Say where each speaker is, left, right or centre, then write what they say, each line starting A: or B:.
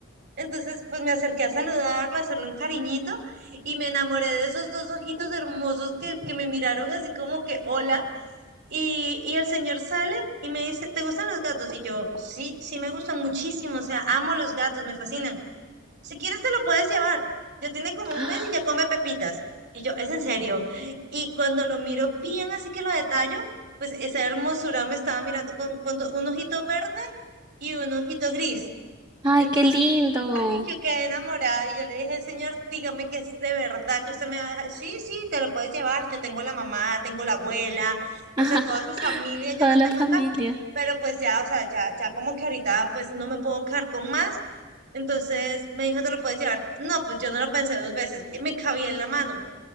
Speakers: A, on the right; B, on the right.
A: Entonces pues me acerqué a saludarlo, a hacerle un cariñito y me enamoré de esos dos ojitos hermosos que, que me miraron así como que hola. Y, y el señor sale y me dice, ¿te gustan los gatos? Y yo, sí, sí me gustan muchísimo, o sea, amo los gatos, me fascinan. Si quieres te lo puedes llevar. Ya tiene como
B: ¡Ah!
A: un mes y ya come pepitas. Y yo, es en serio. Y cuando lo miro bien, así que lo detallo, pues esa hermosura me estaba mirando con, con do- un ojito verde y un ojito gris.
B: ¡Ay,
A: Entonces,
B: qué lindo!
A: ay, yo quedé enamorada y yo le dije, señor, dígame que es de verdad que usted me va a dejar". Sí, sí, te lo puedes llevar. Yo tengo la mamá, tengo la abuela, o
B: <laughs>
A: sea, toda su familia yo
B: Toda
A: la
B: la
A: tengo
B: familia,
A: acá. Pero pues ya, o sea, ya, ya como que ahorita pues no me puedo quedar con más. Entonces me dijo, te lo puedes llevar. No, pues yo no lo pensé dos veces. y Me cabía en la mano.